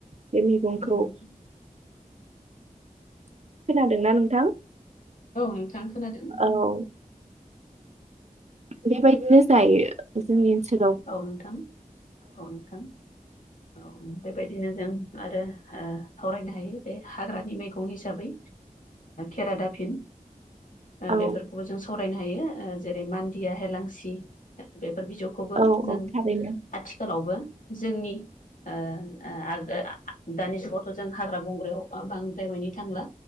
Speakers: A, on the right; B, on the left.
A: बे मैगंखौ
B: औ नोंथां
A: खोनादोंना नोंथां?
B: औ नोंथां खोनादों।
A: औ। बेबायदिनो जायो जोंनि ओनसोल
B: औ नोंथां, औ नोंथां। औ बेबायदिनो जों आरो सावरायनो हायो बे हाग्रानि मैगं हिसाबै केेरादाफिनि
A: औ
B: बेफोरखौबो जों सावरायनो हायो जेरै मान्दिया, हेलांसि बेफोर बिजौखौबो
A: औ
B: जों
A: औ थारैनो
B: आथिखालावबो जोंनि ओ ओ दानि जुगाव थ' जों हाग्रा बंग्रायाव बांद्रायमानि थांला।